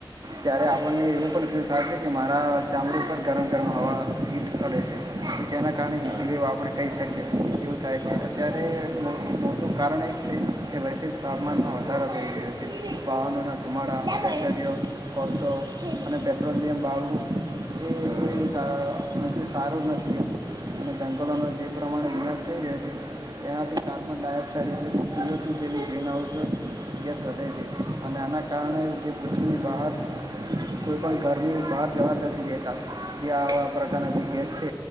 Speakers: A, on the right; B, on the right.
A: ત્યારે આપ આપને એવું પણ ફીલ થાય છે કે મારા ચામડી ઉપર ગરમ ગરમ હવા હીટ કરે છે તેના કારણે હીટ
B: હા
A: આપણે કહી શકીએ એવું થાય છે
B: બસ
A: અત્યારે તે મો મોટું કારણ એ છે. એ વૈશ્વિક તાપમાનમાં વધારો થઈ ગયો છે વાહનોના ધુમાડા <unintelligible> કોલસો અને પેટ્રોલિયમ બાળવું
B: હ
A: <unintelligible> સા નથી શારુ નથી એમ. અને જંગલોનો જે પ્રમાણે નિકાશ થઈ રહ્યો છે તેનાથી કાર્બન ડાયોક્સાઇડ એટલે સીઓ ટુ જેવી ગ્રીનહાઉસ ગેસ વધે છે અને આના કારણે જે પૃથ્વી બહાર કોઈ પણ ઘરની બહાર જવા જ નથી દેતા. જે આવા પ્રકારના જે ગેસ